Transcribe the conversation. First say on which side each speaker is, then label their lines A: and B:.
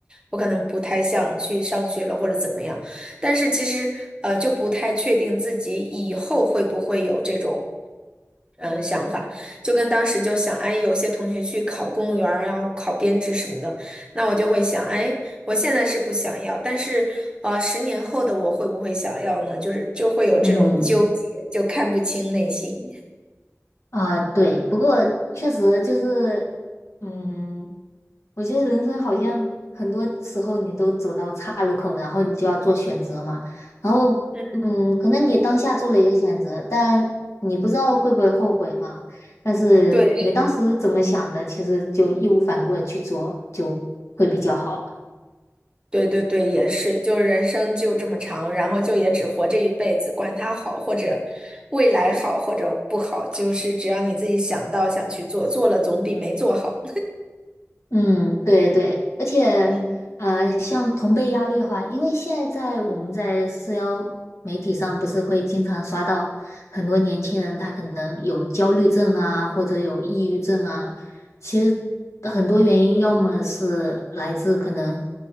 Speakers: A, on the right; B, on the left.
A: 我可能不太想去上学了或者怎么样，但是其实，呃，就不太确定自己以后会不会有这种。嗯，想法。就跟当时就想，哎，有些同学去考公务员儿，要考编制什么的，那我就会想，哎，我现在是不想要，但是，呃，十年后的我会不会想要呢？就是就会有这种纠结，
B: 嗯
A: 就看不清内心。
B: 啊，对，不过确实就是，嗯，我觉得人生好像很多时候你都走到岔路口，然后你就要做选择嘛。然后，
A: 嗯，
B: 嗯，可能你当下做了一个选择，但你不知道会不会后悔嘛。但是你当时怎么想的，
A: 对，
B: 其实就义无反顾的去做，就会比较好。
A: 对对对，也是，就是人生就这么长，然后就也只活这一辈子，管它好或者未来好或者不好，就是只要你自己想到想去做，做了总比没做好。
B: 嗯，对对，而且呃，
A: 嗯。
B: 像同辈压力的话，因为现在在我们在社交媒体上，不是会经常刷到很多年轻人，他可能有焦虑症啊，或者有抑郁症啊。其实很多原因，要么是来自可能